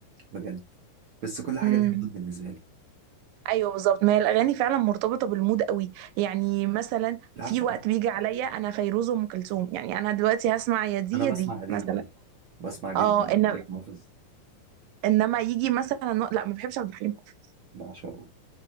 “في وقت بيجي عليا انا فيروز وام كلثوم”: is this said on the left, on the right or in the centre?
Right